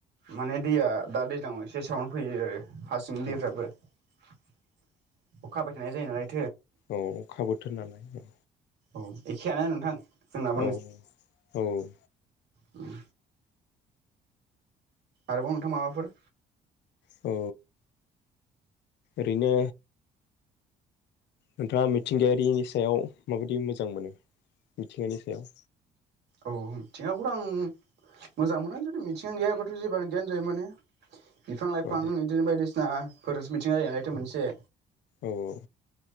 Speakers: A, on the right; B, on the left.
A: माने दैया दा दैज्लांआव एसे साउन्नो फैयो। हा सिंनि दैफ्राबो
B: औ
A: अखा हाबायथायनाय जायो नालाय।
B: औ खाबोथोन नालाय औ।
A: औ ए खेयानो नोंथां। जोंनाबो
B: औ औ ।
A: उम। आरोबाव नोंथां माबाफोर
B: औ। ओरैनो नोंथाङा मिथिंगायारिनि सायाव माबायदि मोजां मोनो मिथिंगानि सायाव?
A: औ मिथिंगाखौथ' आं मोजां मोना जुदि मिथिंगा गैयाबाथ जेबोआनो गैयानो जायो माने। बिफां लाइफां
B: औ
A: इदिनो बायदिसिना फोरासो मिथिंगा जायो नालायथ मोनसे।
B: औ औ।